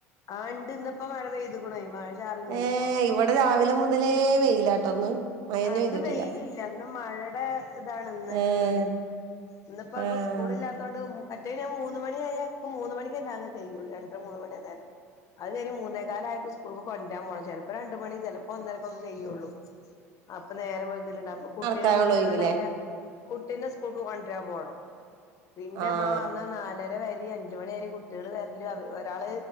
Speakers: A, on the left; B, on the right.
A: ആ ഇണ്ട് ഇന്ന് ഇപ്പോ മഴ പെയ്തുക്കുണെ മഴ ചാറിനിന്നിപ്പോ
B: ഏഹ് ഇവിടെ രാവിലെ മുതലേ വെയിലാട്ടൊന്ന് മഴന്നെ
A: ആഹ് ഇന്ന്
B: പെയ്തിട്ടില്ല
A: വെയിലില്ല ഇന്ന് മഴടെ ഇതാണ്ന്ന്
B: ഏഹ്
A: ഇള്ളത്. ഇന്നിപ്പോ അപ്പ
B: ആഹ്
A: സ്കൂളില്ലാത്തൊണ്ട് മറ്റേ ഞാൻ മൂന്ന് മണിയായാൽ ആരിക്കും മൂന്ന് മണിക്ക് തന്നെ അ കഴിയുള്ളൂ രണ്ട് മൂന്ന് മണിയാ നേരം അത് കഴിഞ് മൂന്നേക്കാലയപ്പോ സ്കൂൾക്ക് കൊണ്ടാൻ പോകണം ചെലപ്പോ രണ്ട് മണി ചെലപ്പോ ഒന്നരക്കൊക്കെ ചെയ്യുള്ളൂ അപ്പൊ നേരം വെളുത്തിട്ടുണ്ട് അപ്പൊ കുട്ടീനേം
B: നടക്കാനുള്ള
A: മൂന്നേകാലായ
B: ഒഴിവുല്ലേ
A: കുട്ടീന്റെ സ്കൂൾക്ക് കൊണ്ടരാൻ പോണം പിന്നെ
B: ആഹ്
A: ഇവിടെ വന്നാ നാല ഇവിടെ വരി അഞ്ച മണി വരി കുട്ടികള് വരല് ഒരാള്